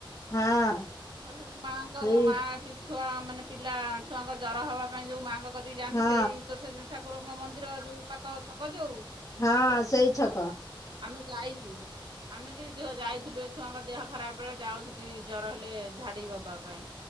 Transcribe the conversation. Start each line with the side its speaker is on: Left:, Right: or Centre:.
Left: ହଁ
Right: <unintelligible> ଛୁଆ
Left: ସେଇ
Right: ମାନେ ପିଲା ଛୁଆଙ୍କ ଜର ହବା ପାଇଁ ଯେଉଁ ମାଆଙ୍କ କରିକି ଯାଆନ୍ତି
Left: ହଁ
Right: ସେଇ ଉତ୍ତର ଠାକୁରଙ୍କ ମନ୍ଦିର ଯୋଉ ପାଖ ଛକ ଯୋଉ।
Left: ହଁ ସେଇ ଛକ।
Right: ଆମେ ଯାଇଛୁ ଆମେ ବି ଝିଅ ଯାଇଥିଲୁ ଛୁଆଙ୍କ ଦେହ ଖରାପ ବେଳେ ଯାଉ ସେଠି ଜର ହେଲେ ଝାଡି ବବା ପାଇଁ।